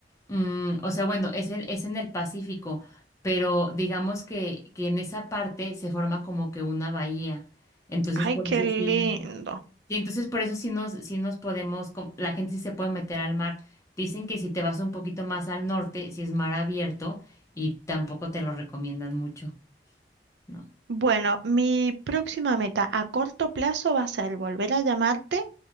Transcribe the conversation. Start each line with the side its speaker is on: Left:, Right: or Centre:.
Left: Mm, o sea, bueno, es en, es en el Pacífico, pero digamos que, que en esa parte se forma como que una bahía. Entonces,
Right: Ay,
Left: por
Right: qué
Left: eso
Right: lindo.
Left: sí, sí, entonces por eso sí nos, sí nos podemos, com- la gente sí se puede meter al mar. Dicen que si te vas un poquito más al norte, si es mar abierto, y tampoco te lo recomiendan mucho, ¿no?
Right: Bueno, mi próxima meta a corto plazo va a ser volver a llamarte